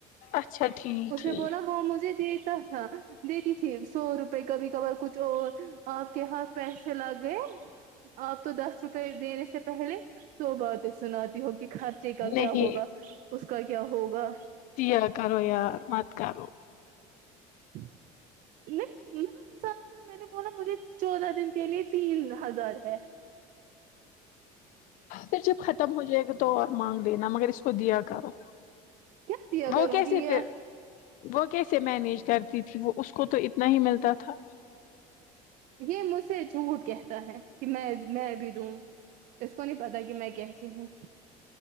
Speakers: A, on the left (about 55°); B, on the right (about 55°).
A: اچھا ٹھیک
B: اس
A: ٹھیک
B: نے بولا وہ مجھے دیتا ہاں دیتی تھی سو روپئے کبھی کبھار کچھ اور آپ کے ہاتھ پیسے لگ گئے آپ تو دس روپئے دینے سے پہلے سو باتیں سناتی ہو گی خرچے کا
A: نہیں
B: کیا ہوگا اس کا کیا ہوگا
A: <unintelligible> کرو یار مت کرو
B: <inaudible> نہیں <unintelligible> حساب رکھنا میں نے بولا مجھے چودہ دن کے لیے تین ہزار ہے
A: پر جب ختم ہو جائے گا تو اور مانگ لینا مگر اس کو دیا کرو
B: کیا دیا
A: وہ
B: کروں
A: کیسے
B: گی یہ
A: تھے وہ کیسے مینیج کرتی تھی وہ اس کو تو اتنا ہی ملتا تھا
B: یہ مجھ سے جھوٹ کہتا ہے کہ میں میں بھی دوں اس کو نہیں پتا کہ میں کیسی ہوں